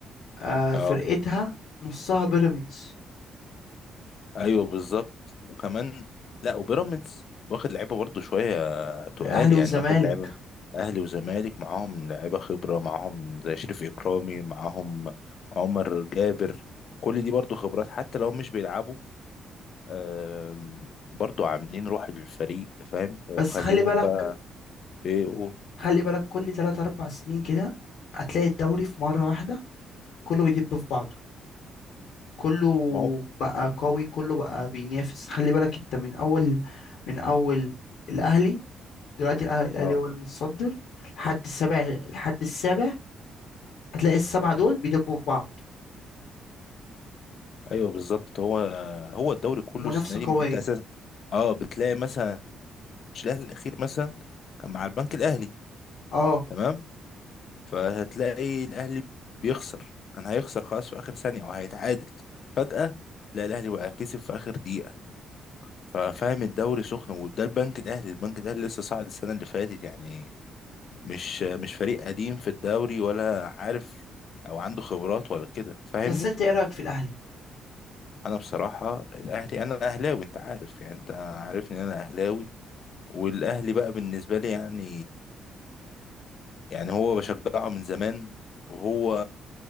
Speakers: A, on the left; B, on the left.
A: آه
B: اه
A: فرقتها نصها بيراميدز
B: ايوه بالظبط وكمان لا وبيراميدز واخد لعيبة برضه شوية تقال
A: الاهلي
B: يعني
A: والزمالك
B: واخد لعيبة أهلي وزمالك معاهم لعيبة خبرة معاهم زي شريف إكرامي معاهم عمر جابر كل دي برضه خبرات حتى لو مش بيلعبوا آم، برضه عاملين روح للفريق فاهم ومخلينهم
A: بس خلي بالك
B: بقى ايه قول
A: خلي بالك كل 3 4 سنين كده هتلاقي الدوري في مرة واحدة كله بيدب في بعضه كله
B: ما هو
A: بقى قوي كله بقى بينافس خلي بالك انت من اول من اول الاهلي دلوقتي الأه- الاهلي
B: اه
A: هو المتصدر لحد السابع لحد السابع هتلاقي السبعة دول بيدبوا في بعض
B: ايوه بالظبط هو هو الدوري كله
A: منافسة
B: السنه دي
A: قوية
B: انت اساسا اه بتلاقي مثلا ماتش الاهلي الاخير مثلا كان مع البنك الاهلي
A: اه
B: تمام فهتلاقي الاهلي بيخسر كان هيخسر خلاص في اخر ثانيه وهيتعادل فجاه لا الاهلي بقى كسب في اخر دقيقه ففاهم الدوري سخن وده البنك الاهلي البنك الاهلي لسه صاعد السنه اللي فاتت يعني مش مش فريق قديم في الدوري ولا عارف او عنده خبرات ولا كده فاهمني
A: بس انت ايه رأيك في الاهلي
B: انا بصراحه الاهلي انا اهلاوي انت عارف يعني انت عارفني إن انا اهلاوي والاهلي بقى بالنسبه لي يعني يعني هو بشجعه من زمان وهو